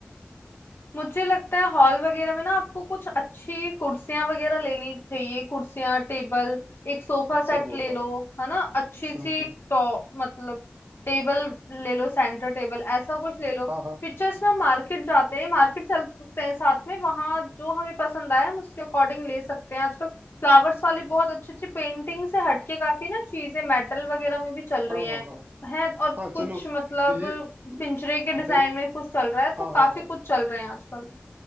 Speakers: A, on the left (about 75°); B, on the right (about 50°).
A: मुझे लगता है हॉल वगैरह में ना आपको कुछ अच्छी कुर्सियां वगैरह लेनी चाहिए कुर्सियां टेबल एक सोफा
B: पिक्चर
A: सेट
B: बोल
A: ले
B: रहा
A: लो
B: हूँ
A: है ना अच्छी सी
B: हम्म, हम्म,
A: टॉप मतलब टेबल ले लो सेंटर टेबल ऐसा कुछ ले लो
B: हाँ हाँ
A: पिक्चर्स में मार्केट जाते हैं मार्केट चल सकते हैं साथ में वहां जो हमें पसंद आए हम उसके अकॉर्डिंग ले सकते हैं आजकल फ्लावर्स वाली बहुत अच्छी अच्छी पेंटिंग से हटके काफी ना चीजें मेटल वगैरह में भी चल रही
B: हाँ
A: हैं
B: हाँ हाँ
A: है और कुछ
B: हाँ चलो
A: मतलब
B: ये
A: पिंजरे के डिजाइन
B: मेरे
A: में कुछ चल रहा है
B: हाँ
A: तो काफी
B: हाँ हाँ
A: कुछ चल रहे हैं आजकल